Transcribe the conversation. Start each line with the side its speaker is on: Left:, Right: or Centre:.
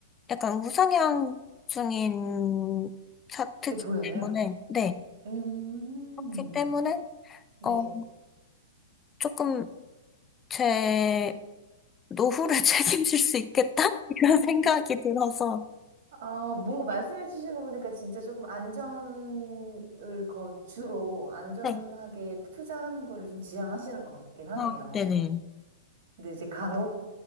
Left: 약간 우상향 중인 차트기
Right: 그게 보여요.
Left: 때문에, 네.
Right: 음.
Left: 그렇기 때문에,
Right: 네.
Left: 어, 조금 제 노후를 <laughs> 책임질 수 있겠다? <laughs> 이런 생각이 들어서,
Right: 아, 뭔가 말씀해 주시는 거 보니까 진짜 조금 안전을 거, 주로 안전하게
Left: 네.
Right: 투자하는 거를 좀 지향하시는 것 같긴 하네요.
Left: 어, 네네.
Right: 근데 이제 간혹